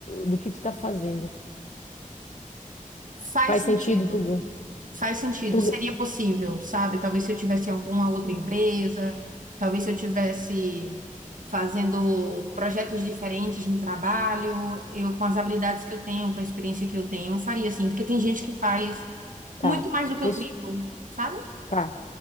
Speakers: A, on the left (about 60°); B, on the right (about 75°).
A: do que tu tá fazendo.
B: Faz
A: Faz
B: sentido.
A: sentido, tu, gan-
B: Faz sentido,
A: tu
B: seria
A: gan-
B: possível, sabe? Talvez se eu tivesse em alguma outra empresa, talvez se eu tivesse fazendo projetos diferentes no trabalho, eu com as habilidades que eu tenho, com a experiência que eu tenho, eu faria assim, porque tem gente que faz
A: tá,
B: muito mais do que
A: deixa,
B: o triplo, sabe?
A: tá.